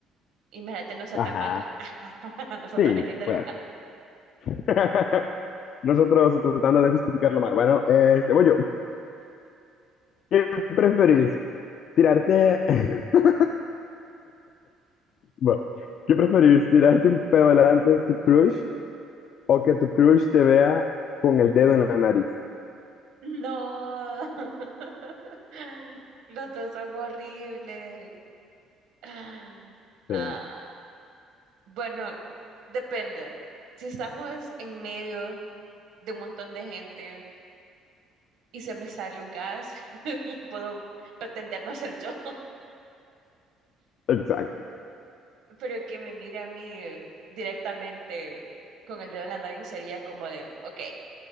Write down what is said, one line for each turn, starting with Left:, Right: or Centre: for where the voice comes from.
Right: imagínate, no sea
Left: ajá,
Right: tan mala. <laughs> Nosotros
Left: sí,
Right: el dinero.
Left: puede
Right: <laughs>
Left: ser. <laughs> Nosotros tratando de justificarlo mal. Bueno, este, voy yo. ¿Qué preferís? ¿Tirarte, <laughs> bueno, qué preferís? ¿Tirarte un pedo delante de tu crush o que tu crush te vea con el dedo en la nariz?
Right: No. <laughs> Los dos son horribles. <sighs> Ah,
Left: Sí,
Right: ah, bueno, depende. Si estamos en medio de un montón de gente y se me sale un gas, puedo pretender no ser yo,
Left: exacto.
Right: <laughs> pero que me mire a mí directamente con el dedo en la nariz sería como de, ok,